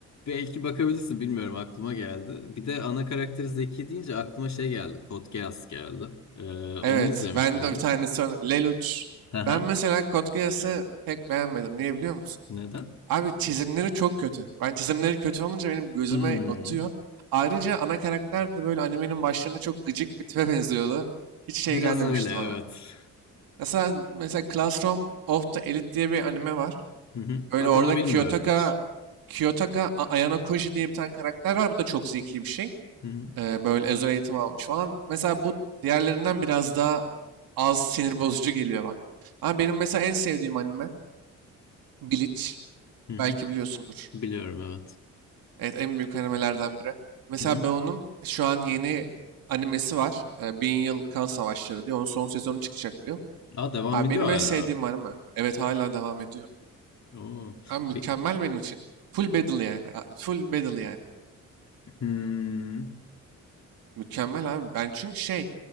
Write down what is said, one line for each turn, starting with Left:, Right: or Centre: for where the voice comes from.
Left: belki bakabilirsin bilmiyorum aklıma geldi. Bir de ana karakter Zeki deyince aklıma şey geldi. Code Geass geldi. Ee, onu
Right: Evet
Left: izlemiş
Right: ben
Left: miydin?
Right: de bir tanesi öne- Lelouch.
Left: Hı hı.
Right: Ben mesela Code Geass'ı pek beğenmedim. Niye biliyor musun?
Left: Neden?
Right: Abi çizimleri çok kötü. Ben çizimleri kötü olunca benim gözüme
Left: Hmm,
Right: batıyor. Ayrıca ana karakter de böyle animenin başlarında çok gıcık bir tipe <laughs> benziyordu. Hiç şey
Left: biraz
Right: gelmemişti
Left: öyle evet.
Right: bana. Mesela, mesela Classroom of the Elite diye bir anime var.
Left: Hı hı.
Right: Öyle
Left: Bak
Right: orada
Left: onu bilmiyorum
Right: Kiyotaka,
Left: hiç.
Right: Kiyotaka A- Ayano Kunji diye bir tane karakter var. Bu da çok zeki bir şey.
Left: Hı hı.
Right: Ee, böyle özel eğitim almış falan. Mesela bu diğerlerinden biraz daha az sinir bozucu geliyor bana. Ama benim mesela en sevdiğim anime Bleach.
Left: Hı hı.
Right: Belki biliyorsundur.
Left: Biliyorum evet.
Right: Evet en büyük animelerden biri. Mesela
Left: Hı hı.
Right: ben onun şu an yeni animesi var. Ee, Bin Yıl Kan Savaşları diye. Onun son sezonu çıkacak bu yıl.
Left: Aa devam
Right: Abi
Left: ediyor
Right: benim
Left: hala.
Right: en sevdiğim anime. Evet hala devam ediyor.
Left: Oo.
Right: Abi mükemmel
Left: Pe-
Right: benim için. Full battle yani. a- Full battle yani.
Left: Hmm.
Right: Mükemmel abi. Ben çünkü şey